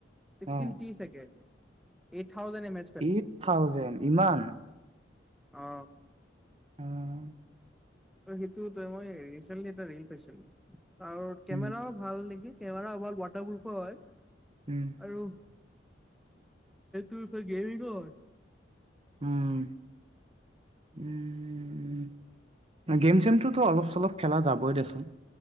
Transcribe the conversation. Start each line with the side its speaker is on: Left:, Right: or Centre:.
Centre: ছিক্সটিন
Right: অ
Centre: টি চাগে। Eight thousand M A
Right: eight thousand ইমান?
Centre: অ
Right: উম
Centre: ত সেইটো এটা মই ৰিচে্ন্টলি এটা ৰীল পাইছিলো। তাৰ কেমেৰাও
Right: উম
Centre: ভাল নেকি! কেমেৰা ৱাল ৱাটাৰপ্ৰুফো হয়।
Right: উম
Centre: আৰু তোৰ ফ গেমি ক <unintelligible>
Right: উম উম, গেম-চেমটোতো অলপ-চলপ খেলা যাবই দেচোন।